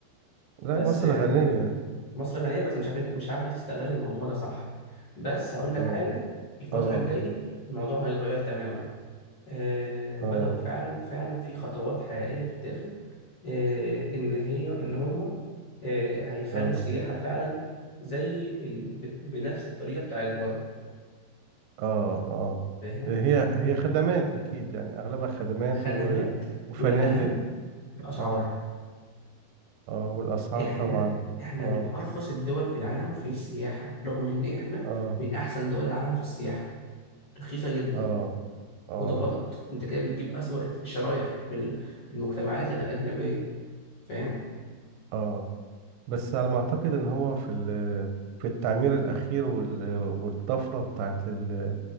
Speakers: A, on the right; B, on the left.
A: لا
B: بس
A: مصر
B: يعني
A: غنية
B: مصر غنية بس مش عارفين مش عارفة تستغل الموضوع ده صح بس هقول لك
A: اه
B: حاجة الفترة
A: اه
B: الجاية الموضوع هيتغير تماما آه بدأوا
A: اه
B: فعلا فعلا في خطوات حقيقية بتتاخد آه إن هي إن هم آه هيخلوا
A: اه
B: السياحة فعلا زي ال... بنفس الطريقة بتاعت بره
A: اه اه
B: فاهم
A: هي هي خدمات أكيد يعني أغلبها خدمات
B: خدمات
A: و... وفنادق
B: والأهم الأسعار
A: اه اه والأسعار
B: إحنا
A: طبعا
B: إحنا
A: اه
B: من أرخص الدول في العالم في السياحة رغم إن إحنا
A: اه
B: من أحسن دول العالم في السياحة رخيصة جدا
A: اه اه
B: وده غلط أنت كده بتجيب أسوأ الشرايح في ال- في المجتمعات الأجنبية فاهم؟
A: اه بس على ما اعتقد ان هو في ال- في التعمير الاخير وال- والطفره بتاعت ال-